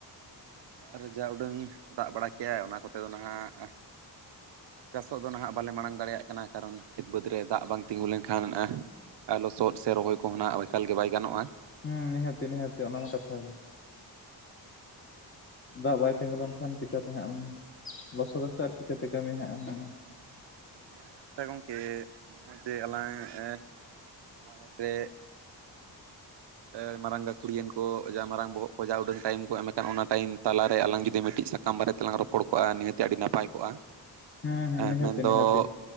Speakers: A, on the right; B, on the left.
A: ᱟᱨ ᱡᱟ ᱩᱰᱟᱹᱝ ᱫᱟᱜ ᱵᱟᱲᱟ ᱠᱮᱜᱼᱟᱭ ᱚᱱᱟ ᱠᱚᱛᱮ ᱫᱚ ᱱᱟᱦᱟᱸᱜ ᱪᱟᱥᱚᱜ ᱫᱚ ᱱᱟᱦᱟᱸᱜ ᱵᱟᱞᱮ ᱢᱟᱲᱟᱝ ᱫᱟᱲᱮᱭᱟᱜ ᱠᱟᱱᱟ ᱠᱟᱨᱚᱱ ᱠᱷᱮᱛ ᱵᱟᱹᱫᱽ ᱨᱮ ᱫᱟᱜ ᱵᱟᱝ ᱛᱤᱸᱜᱩ ᱞᱮᱱᱠᱷᱟᱱ ᱟ ᱞᱚᱥᱚᱫ ᱥᱮ ᱨᱚᱦᱚᱭ ᱠᱚᱦᱚ ᱱᱟᱸᱜ ᱮᱠᱟᱞ ᱜᱮ ᱵᱟᱭ ᱜᱟᱱᱚᱜᱼᱟ᱾
B: ᱦᱩᱸ ᱱᱤᱦᱟᱹᱛᱤ ᱱᱤᱦᱟᱹᱛᱤ ᱚᱱᱟᱢᱟ ᱠᱟᱛᱷᱟ ᱜᱮ᱾ ᱫᱟᱜ ᱵᱟᱭ ᱛᱤᱸᱜᱩ ᱞᱮᱱᱠᱷᱟᱱ ᱪᱤᱠᱟᱹᱛᱮ ᱦᱟᱸᱜ ᱮᱢ ᱞᱚᱥᱚᱫᱟ ᱥᱟ ᱟᱨ ᱪᱤᱠᱟᱹᱛᱮ ᱠᱟᱹᱢᱤ ᱦᱟᱸᱜ ᱮᱢ ᱢᱟ
A: ᱦᱮᱸ ᱟᱪᱪᱷᱟ ᱜᱚᱝᱠᱮ ᱱᱚᱜᱼᱚᱭ ᱡᱮ ᱟᱞᱟᱝ ᱮ ᱱᱚᱣᱟ ᱮᱯ ᱨᱮ <inaudible> ᱮ ᱢᱟᱨᱟᱝ ᱜᱟᱹᱠᱷᱩᱲᱤᱮᱱ ᱠᱚ ᱡᱟ ᱢᱟᱨᱟᱝ ᱵᱚᱦᱚᱜ ᱠᱚ ᱡᱟ ᱩᱰᱟᱹᱝ ᱴᱟᱭᱤᱢ ᱠᱚ ᱮᱢ ᱠᱟᱱ ᱚᱱᱟ ᱴᱟᱭᱤᱢ ᱛᱟᱞᱟᱨᱮ ᱟᱞᱟᱝ ᱡᱩᱫᱤ ᱢᱤᱫᱴᱤᱡ ᱥᱟ ᱛᱟᱢ ᱵᱟᱨᱮ ᱛᱮᱞᱟᱝ ᱨᱚᱯᱚᱲ ᱠᱚᱜᱼᱟ ᱱᱤᱦᱟᱹᱛ ᱜᱮ ᱟᱹᱰᱤ ᱱᱟᱯᱟᱭ ᱠᱚᱜᱼᱟ᱾
B: ᱦᱩᱸ ᱦᱩᱸ ᱱᱤᱦᱟᱹᱛᱤ
A: ᱢᱮᱱᱫᱚ
B: ᱱᱤᱦᱟᱹᱛᱤ᱾